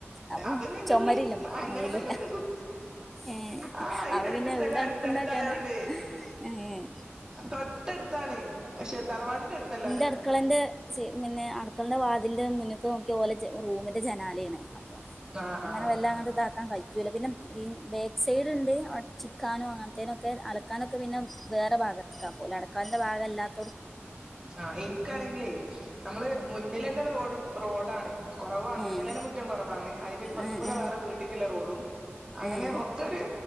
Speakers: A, in the centre; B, on the right.
A: അപ്പം
B: അതന്നെ എൻ്റതും
A: ചൊമരില്ല
B: അങ്ങനെ
A: മൊതലില്ല
B: തന്നെ എൻ്റതും
A: ഏഹ്
B: ആ ഈ
A: അപ്പൊ
B: രണ്ട്
A: പിന്നെ
B: സ്ഥലം
A: എവ്ടെ
B: അടു
A: അടുപ്പുണ്ടാക്കാനാ
B: അടുത്തായോണ്ടേ
A: ഏഹ്
B: തൊട്ടടുത്താണ് പക്ഷെ തറവാടിന്റെ അടുത്തല്ല
A: നിന്റെ അടുക്കളന്റെ പിന്നെ അടുക്കളന്റെ വാതിലിന്റെ മുന്നിക്ക് ഇത് പോലെ റൂമിന്റെ ജനാലയാണ് അപ്പ
B: ആഹ്
A: അങ്ങനെ
B: ആഹ്
A: വല്ലാണ്ടങ്ങ് ഇതാക്കാൻ കഴിയും പിന്നെ ഈ ബേക്ക് സൈഡ് ഉണ്ട് ചിക്കാനോ അങ്ങനത്തേനു ഒക്കെ അലക്കാനൊക്കെ പിന്നെ വേറെ ഭാഗത്തേക്കാക്കൂലെ അ അടുക്കളെന്റെ ഭാകം ആല്ലാത്തെ
B: ആഹ ഇ- ഇക്കാണങ്കിലേ നമ്മള് മുന്നിൽ ലെന്നെ റോഡ് റോഡാണ് കൊറവാണ് മുന്നിലെന്നെ
A: ഏഹ്
B: മുറ്റം കൊറവാണ് അതിന്റെ ഇപ്പറത്തു
A: ഏഹ്
B: കൂടെ
A: ഏഹ്
B: വേറെ വീട്ട്ക്ക്‌ള്ള റോഡും അങ്ങനെ
A: ഏഹ്
B: ഒക്കൊര്